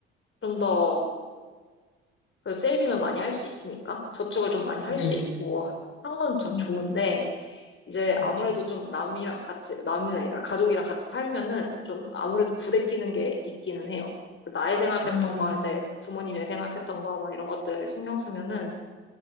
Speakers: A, on the left; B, on the left.
A: 좀더 그래서 세이빙을 많이 할 수 있으니까 저축을 좀 많이
B: 네.
A: 할 수 있고 한 건 더
B: 음,
A: 좋은데 이제
B: 그렇죠.
A: 아무래도 좀 남이랑 같이 남이 아니라 가족이랑 같이 살면은 좀 아무래도 부대끼는 게 있기는 해요. 그 나의 생활 패턴과
B: 음,
A: 이제 부모님의 생활 패턴과 막 이런 것들 신경 쓰면은